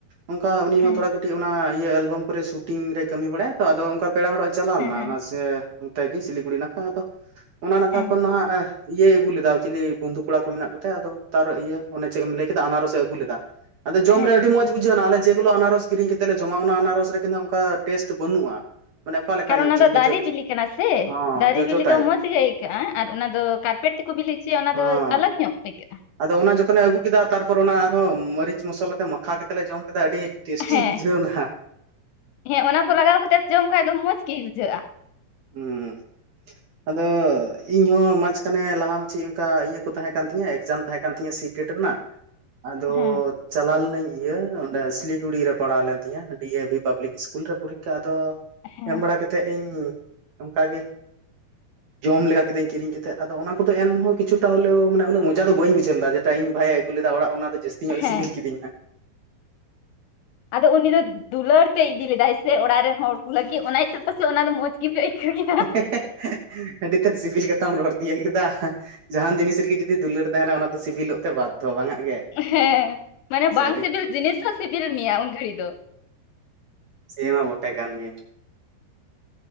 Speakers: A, on the right (about 70°); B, on the left (about 80°).
A: ᱚᱱᱠᱟ ᱩᱱᱤ
B: ᱦᱮᱸ
A: ᱦᱚᱸ ᱛᱷᱚᱲᱟ ᱠᱟᱹᱴᱤᱡ ᱚᱱᱟ ᱤᱭᱟᱹ ᱮᱞᱵᱟᱢ ᱠᱚᱨᱮ ᱥᱩᱴᱤᱝ ᱨᱮ ᱠᱟᱹᱢᱤ ᱵᱟᱲᱟᱭᱟ ᱛᱚ ᱟᱫᱚ ᱚᱱᱠᱟ ᱯᱮᱲᱟ ᱦᱚᱲᱜ ᱪᱟᱞᱟᱣ
B: ᱦᱮᱸ
A: ᱞᱮᱱᱟ
B: ᱦᱮᱸ
A: ᱚᱱᱟ ᱥᱮ ᱚᱱᱛᱮ ᱜᱮ ᱥᱤᱞᱤᱜᱩᱲᱤ ᱱᱟᱠᱷᱟ ᱟᱫᱚ ᱚᱱᱟ ᱱᱟᱠᱷᱟ
B: ᱦᱮᱸ
A: ᱠᱷᱚᱱ ᱱᱟᱦᱟᱜ ᱤᱭᱟᱹᱭ ᱟᱹᱜᱩ ᱞᱮᱫᱟ ᱪᱤᱞᱤ ᱵᱚᱱᱫᱷᱩ ᱠᱚᱲᱟ ᱠᱚ ᱢᱮᱱᱟᱜ ᱠᱚ ᱛᱟᱭᱟ ᱛᱟᱨ ᱤᱭᱟᱹ ᱚᱱᱮ ᱪᱮᱫ ᱮᱢ ᱞᱟᱹᱭ ᱠᱮᱫᱟ ᱟᱱᱟᱨᱚᱥ ᱮ ᱟᱹᱜᱩ ᱞᱮᱫᱟ᱾ ᱟᱫᱚ ᱡᱚᱢ
B: ᱦᱮᱸ
A: ᱨᱮ ᱟᱹᱰᱤ ᱢᱚᱸᱡᱽ ᱵᱩᱡᱷᱟᱹᱣ ᱮᱱᱟ ᱟᱞᱮ ᱡᱮᱜᱩᱞᱚ ᱟᱱᱟᱨᱚᱥ ᱠᱤᱨᱤᱧ ᱠᱟᱛᱮ ᱞᱮ ᱡᱚᱢᱟ ᱚᱱᱟ ᱟᱱᱟᱨᱚᱥ ᱨᱮ ᱠᱤᱱᱛᱩ ᱚᱱᱠᱟ ᱴᱮᱥᱴ ᱵᱟᱹᱱᱩᱜᱼᱟ᱾ ᱢᱟᱱᱮ ᱚᱠᱟ ᱞᱮᱠᱟ
B: ᱠᱟᱨᱚᱱ
A: ᱧᱚᱜ
B: ᱚᱱᱟ
A: ᱪᱚ
B: ᱫᱚ
A: ᱢᱤᱫᱴᱮᱡ
B: ᱫᱟᱨᱮ
A: ᱡᱚ
B: ᱵᱹᱤᱞᱤ ᱠᱟᱱᱟ ᱥᱮ
A: ᱦᱚᱸ
B: ᱫᱟᱨᱮ
A: ᱡᱚᱡᱚ
B: ᱵᱮᱹᱤᱞᱤ
A: ᱴᱟᱭᱤᱯ
B: ᱫᱚ ᱢᱚᱸᱡᱽ ᱜᱮ ᱟᱹᱭᱠᱟᱹ ᱟᱹᱭᱠᱟᱹᱜᱼᱟ ᱟᱨ ᱚᱱᱟ ᱫᱚ ᱠᱟᱨᱯᱮᱴ ᱛᱮᱠᱚ ᱵᱤᱞᱤ ᱦᱚᱪᱚᱭᱟ ᱚᱱᱟ
A: ᱦᱚᱸ
B: ᱫᱚ ᱟᱞᱟᱜ ᱧᱚᱜ ᱟᱹᱭᱠᱟᱹᱜᱼᱟ
A: ᱟᱫᱚ ᱚᱱᱟ ᱡᱚᱠᱷᱚᱱᱮ ᱟᱹᱜᱩ ᱠᱮᱫᱟ ᱛᱟᱨᱯᱚᱨ ᱚᱱᱟ ᱟᱨᱦᱚᱸ ᱢᱟᱹᱨᱤᱪ ᱢᱚᱥᱞᱟ ᱛᱮ ᱢᱟᱠᱷᱟ ᱠᱟᱛᱮᱫ ᱞᱮ ᱡᱚᱢ ᱠᱮᱫᱟ ᱟᱹᱰᱤ ᱴᱮᱥᱴᱤ
B: ᱦᱮᱸ
A: ᱵᱩᱡᱷᱟᱹᱣ ᱱᱟᱦᱟᱜ᱾
B: ᱦᱮᱸ ᱚᱱᱟ ᱠᱚ ᱞᱟᱜᱟᱣ ᱠᱟᱛᱮᱢ ᱡᱚᱢ ᱠᱷᱟᱡ ᱫᱚ ᱢᱚᱸᱡᱽ ᱜᱮ ᱵᱩᱡᱷᱟᱹᱜᱼᱟ᱾
A: ᱦᱩᱸ ᱟᱫᱚ ᱤᱧᱦᱚᱸ ᱢᱟᱡᱽᱠᱷᱟᱱᱮ ᱞᱟᱦᱟ ᱢᱟᱪᱮ ᱚᱱᱠᱟ ᱤᱭᱟᱹ ᱠᱚ ᱛᱟᱦᱮᱸ ᱠᱟᱱ ᱛᱤᱧᱟᱹ ᱮᱠᱡᱟᱢ ᱛᱟᱦᱮᱸ ᱠᱟᱱ ᱛᱤᱧᱟᱹ ᱥᱤᱴ ᱴᱮᱴ ᱨᱮᱱᱟᱜ ᱟᱫᱚ
B: ᱦᱮᱸ
A: ᱪᱟᱞᱟᱣ ᱞᱮᱱᱟᱹᱧ ᱤᱭᱟᱹ ᱚᱸᱰᱮ ᱥᱤᱞᱤᱜᱩᱲᱤ ᱨᱮ ᱯᱟᱲᱟᱣ ᱞᱮᱱ ᱛᱤᱧᱟᱹ ᱰᱤ ᱮ ᱵᱷᱤ ᱯᱟᱵᱞᱤᱠ ᱤᱥᱠᱩᱞ ᱨᱮ ᱯᱚᱨᱤᱠᱷᱟ ᱟᱫᱚ
B: ᱦᱮᱸ
A: ᱮᱢ ᱵᱟᱲᱟ ᱠᱟᱛᱮᱫ ᱤᱧ ᱚᱱᱠᱟᱜᱮ ᱡᱚᱢ ᱞᱮᱜᱟ ᱠᱤᱫᱟᱹᱧ ᱠᱤᱨᱤᱧ ᱠᱮᱛᱮᱫ ᱟᱫᱚ ᱚᱱᱟ ᱠᱚᱫᱚ ᱮᱱᱦᱚᱸ ᱠᱤᱪᱷᱩᱟᱴᱟ ᱦᱚᱞᱮᱣ ᱢᱟᱱᱮ ᱩᱱᱟᱹᱜ ᱢᱚᱡᱟ ᱫᱚ ᱵᱟᱹᱧ ᱵᱩᱡᱷᱟᱣ ᱞᱮᱫᱟ ᱡᱮᱴᱟ ᱤᱧ ᱵᱷᱟᱜ ᱮ ᱟᱹᱜᱩᱞᱮᱫᱟ ᱚᱲᱟᱜ ᱚᱱᱟ ᱫᱚ ᱡᱟᱹᱥᱛᱤ ᱧᱚᱜ
B: ᱦᱮᱸ
A: ᱥᱤᱵᱤᱞ ᱠᱤᱫᱤᱧᱟ ᱦᱟᱜ
B: ᱟᱫᱚ ᱩᱱᱤ ᱫᱚ ᱫᱩᱞᱟᱹᱲ ᱛᱮᱭ ᱤᱫᱤ ᱞᱮᱫᱟᱭ ᱥᱮ ᱚᱲᱟᱜ ᱨᱮᱱ ᱦᱚᱲ ᱠᱩ ᱞᱟᱹᱜᱤᱫ ᱚᱱᱟ ᱤᱭᱟᱹᱛᱮ ᱯᱟᱥᱮᱫ ᱚᱱᱟ ᱫᱚ ᱢᱚᱸᱡᱽ ᱜᱮᱯᱮ ᱟᱹᱭᱠᱟᱹᱣ ᱠᱮᱫᱟ ᱦᱟᱜ
A: ᱦᱮᱸᱻ ᱦᱮᱸᱻ ᱦᱮᱸᱻ ᱟᱹᱰᱤ ᱛᱮᱫ ᱥᱤᱵᱤᱞ ᱠᱟᱛᱷᱟᱢ ᱨᱚᱲ ᱛᱤᱱᱟᱹᱜ ᱠᱮᱫᱟ᱾ ᱡᱟᱦᱟᱱ ᱡᱤᱱᱤᱥ ᱨᱮᱜᱮ ᱡᱩᱫᱤ ᱫᱩᱞᱟᱹᱲ ᱛᱟᱦᱮᱱᱟ ᱚᱱᱟ ᱫᱚ ᱥᱤᱵᱤᱞᱚᱜ ᱛᱮ ᱵᱟᱫᱽᱫᱷᱚ ᱵᱟᱝᱟᱜ ᱜᱮ
B: ᱦᱮᱸ, ᱢᱟᱱᱮ
A: ᱥᱟᱹᱨᱤ
B: ᱵᱟᱝ ᱥᱤᱵᱤᱞ ᱡᱤᱱᱤᱥ ᱦᱚᱸ ᱥᱤᱵᱤᱞ ᱢᱮᱭᱟ ᱩᱱ ᱜᱷᱟᱹᱲᱤ ᱫᱚ
A: ᱥᱮ ᱢᱟ ᱵᱚᱴᱮ ᱠᱟᱱ ᱜᱮ